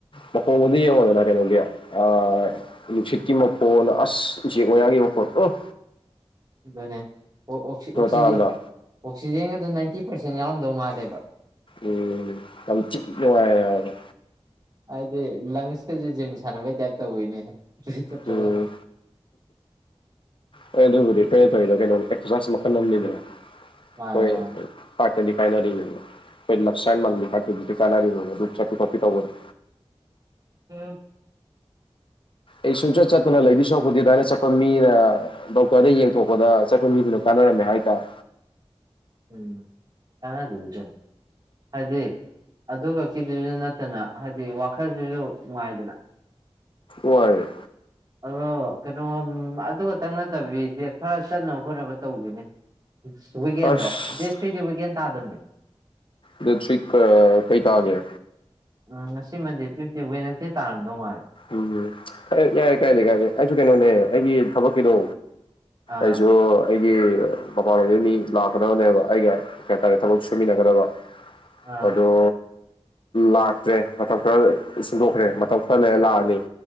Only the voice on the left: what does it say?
ꯃꯈꯣꯟꯒꯗꯣ ꯌꯦꯡꯉꯣꯗꯅ ꯀꯩꯅꯣꯒꯤ ꯑꯥ ꯅꯨꯡꯁꯤꯠꯀꯤ ꯃꯈꯣꯜ ꯑꯁ ꯎꯆꯦꯛ ꯋꯥꯌꯥꯒꯤ ꯃꯈꯣꯜ ꯎꯝ
ꯇꯥꯕꯗ
ꯎꯝ ꯌꯥꯝ ꯊꯤ ꯅꯨꯡꯉꯥꯏ ꯍꯥꯏꯕ
ꯎꯝ ꯍꯣꯏ ꯑꯗꯨꯕꯨꯗꯤ ꯑꯩꯈꯣꯏꯅ ꯇꯧꯔꯤꯗ ꯀꯩꯅꯣꯅꯦ ꯑꯦꯛꯁ꯭ꯔꯁꯥꯏꯁ ꯃꯈꯜ ꯑꯃꯅꯤꯗꯅ
ꯍꯣꯏ
ꯍꯥꯢꯗꯤ ꯀꯥꯢꯅꯗꯣꯢꯅꯦꯕ ꯑꯈꯣꯢ ꯂꯕ ꯁꯥꯢꯟ ꯃꯥꯟꯕꯤ ꯍꯥꯠꯕꯤꯗ ꯇꯨꯗꯤ ꯀꯥꯟꯅꯔꯤ ꯑꯗꯨꯝ ꯆꯠꯄꯤ ꯈꯣꯠꯄꯤ ꯇꯧꯕꯅꯤ
ꯑꯩ ꯁꯨꯡꯆꯠ ꯆꯠꯇꯅ ꯂꯩꯗꯨꯏ ꯁꯔꯨꯛꯄꯨꯗꯤ ꯑꯗꯨꯃꯥꯏꯅ ꯆꯠꯄ ꯃꯤꯅ ꯗꯣꯛꯇ꯭ꯔꯗ ꯌꯦꯡꯊꯣꯛꯄꯗ ꯆꯠꯄ ꯃꯤꯗꯨꯅ ꯀꯥꯟ ꯅꯅꯤ ꯍꯥꯏꯇꯥꯔꯦ
ꯋꯥꯏ
ꯑꯁ
ꯗꯦꯠ ꯊ꯭ꯔꯤ ꯀꯥ ꯀꯩ ꯇꯥꯒꯦ
ꯎꯝ ꯑꯩ ꯌꯥꯏ ꯀꯥꯏꯗꯦ ꯀꯥꯏꯗꯦ ꯑꯩꯁꯨ ꯀꯩꯅꯣꯅꯦ ꯑꯩꯒꯤ ꯊꯕꯛꯀꯤꯗꯣ
ꯑꯩꯁꯨ ꯑꯩ ꯑꯩꯒꯤ ꯃꯄꯥꯟ ꯂꯝꯗꯒꯤ ꯃꯤ ꯂꯥꯛꯀꯗꯕꯅꯦꯕ ꯑꯩꯒ ꯀꯩꯍꯥꯏꯇꯥꯔꯦ ꯊꯕꯛ ꯁꯨꯃꯤꯟꯅꯒꯗꯕ
ꯑꯗꯣ ꯂꯥꯛꯇ꯭ꯔꯦ ꯃꯇꯝ ꯈꯔ ꯁꯤꯟꯗꯣꯛꯈ꯭ꯔꯦ ꯃꯇꯝ ꯈꯔ ꯂꯩꯔ ꯂꯥꯛꯑꯅꯤ